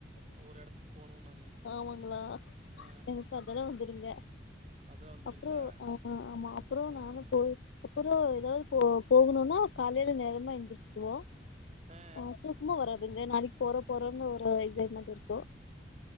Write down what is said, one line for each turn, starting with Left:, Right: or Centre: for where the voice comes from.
Right: ஒரு எடத்துக்கு போணும்னாங்க
Left: ஆமாங்களா
Right: ஆ
Left: எனக்கு அதல்லா வந்துருங்க
Right: அதெல்லா வந்துருங்களா
Left: அப்புறோ ஆஹ் ஆமா அப்புறோ
Right: ஆ
Left: நானு போய் அப்றோ ஏதாவது போ போக <unintelligible> காலையில நேரமா எந்திரச்சக்குவோ
Right: ஆ
Left: ஆஹ் தூக்கமே வராதுங்க நாளைக்கு போற போறோன்னு ஆஹ் இது என்னாது இருக்கு